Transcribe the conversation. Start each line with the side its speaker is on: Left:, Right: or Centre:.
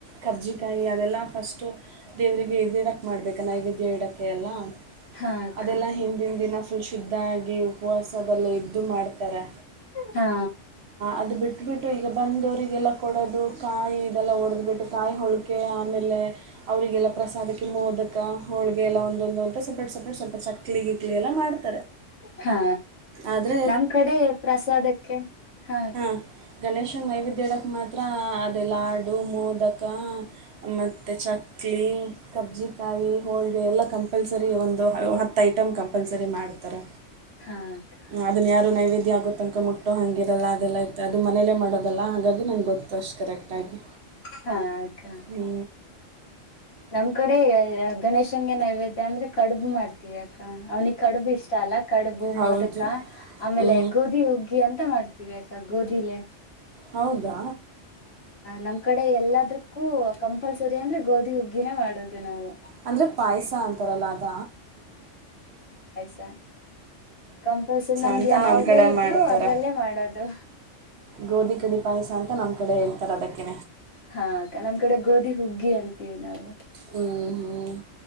Right: ಕರ್ಜಿಕಾಯಿ ಅದೆಲ್ಲ ಫಸ್ಟು ದೇವ್ರರಿಗೆ ಇ್ದಡಾಕ್ ಮಾಡ್ಬೇಕಾ ನೈವೇದ್ಯ ಇಡಕ್ಕೆ ಎಲ್ಲಾ
Left: ಹಾ ಅಕ್ಕ
Right: ಅದೆಲ್ಲ ಹಿಂದಿನ ದಿನ ಫುಲ್ ಶುದ್ಧ ಆಗಿ ಉಪವಾಸ ಎಲ್ಲ ಅದು ಮಾಡ್ತಾರೆ
Left: ಹಾ
Right: ಅದು ಬಿಟ್ಟುಬಿಟ್ಟು ಈಗ ಬಂದವರಿಗೆಲ್ಲ ಕೊಡೋದು ಕಾಯಿ ಇದೆಲ್ಲ ಒಡೆ್ದ್ಬಿಟ್ಟು ಕಾಯಿ ಹೋಳಿಗೆ ಆಮೇಲೆ ಅವರಿಗೆಲ್ಲ ಪ್ರಸಾದಕ್ಕೆ ಮೋದಕ ಹೋಳಿಗೆ ಎಲ್ಲ ಒಂದೊಂದು ಅಂತ ಸಪ್ರೇಟ್ ಸಪ್ರೇಟ್ ಸ್ವಲ್ಪ ಚಕ್ ಇಡ್ಲಿ ಗಿಡಲಿ ಎಲ್ಲ ಮಾಡ್ತಾರೆ
Left: ಹಾ
Right: ಆದರೆ
Left: ನಮ್ ಕಡೆ ಪ್ರಸಾದಕ್ಕೆ ಹ
Right: ಹ್ಮ್ ಗಣೇಶನ ನೈವಿದ್ಯಾ ಇಡಕ್ಕೆ ಮಾತ್ರ ಹತ್ರ ಅದೇ ಲಾಡು ಮೋದಕ ಮತ್ತು ಚಕ್ಲಿ ಕರ್ಜಿಕಾಯಿ ಹೋಳಿಗೆ ಎಲ್ಲ ಕಂಪಲ್ಸರಿ ಒಂದು ಹತ್ತು ಐಟಮ್ ಕಂಪಲ್ಸರಿ ಮಾಡ್ತಾರೆ.
Left: ಹಾ ಅಕ್ಕ
Right: ಅದನ್ ಯಾರು ನೈವೇದ್ಯ. ಆಗೊತ ನಕ ಮುಟ್ಟ ಹಂಗಿರಲ್ಲ ಅದೆಲ್ಲ. ಮತ್ತ ಅದು ಮನೇಲ್ಲೇ ಮಾಡೋದಲ್ಲಾ. ಹಂಗಾಗಿ ನಂಗ್ ಗೊತ್ತು ಅಷ್ಟು ಕರೆಕ್ಟಾಗಿ
Left: ಹಾ ಅಕ್ಕ
Right: ಹ್ಞ.
Left: ನಮ್ ಕಡೆ ಗಣೇಶಂಗೆ ನಾವತೆೆ ಅಂದ್ರೆ ಕಡುಬು ಮಾಡ್ತ. ್ಯಾಕ ಅವ್ನಿಗೆ ಕಡುಬು ಇಷ್ಟ ಅಲ್ಲ ಕಡುಬು
Right: ಹೌದು
Left: ಮೋದಕ ಆಮೇಲೆ
Right: ಹ್ಞೂ
Left: ಗೋಧಿ ಹುಗ್ಗಿ ಅಂತ ಮಾಡ್ತ. ವ್ಯಾಕ ಗೋಧಿ ಲೆ.
Right: ಹೌದು. ಹೌದಾ
Left: ನಮ್ ಕಡೆ ಎಲ್ಲದಕ್ಕೂ ಕಂಪಲ್ಸರಿ ಅಂದ್ರೆ ಗೋಧಿ ಹುಗ್ಗಿನೇ ಮಾಡೋದು ನಾವು.
Right: ಅಂದ್ರೆ ಪಾಯಸ ಅಂತಾರಲ್ಲ ಅದ.
Left: ಅದ ಕಂಪಲ್ಸರಿ ನಮ್ದು
Right: ಅಂತ
Left: ಯಾವದೇ
Right: ನಮ್ಮ ಕಡೆ
Left: ಇದ್ರು
Right: ಮಾಡ್ತಾರೆ
Left: ಅದ್ರಲ್ಲೇ ಮಾಡೋದು.
Right: ಗೋಧಿ ಕಡಿ ಪಾಯಸ ಅಂತ ನಮ್ಮ ಕಡೆ ಹೇಳ್ತಾರೆ ಅದಕ್ಕೇ.
Left: ಹಾ ಅಕ್ಕ ನಮ್ ಕಡೆ ಗೋಧಿ ಹುಗ್ಗಿ ಅಂತೀವಿ ನಾವು.
Right: ಹ್ಮ್ ಹ್ಮ್